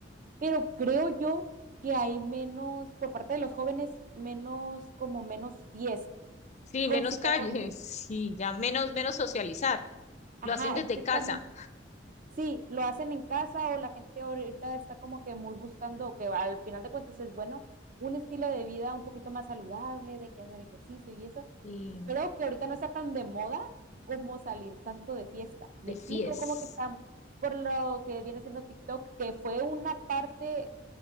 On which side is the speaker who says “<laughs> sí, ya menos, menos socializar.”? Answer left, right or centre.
Left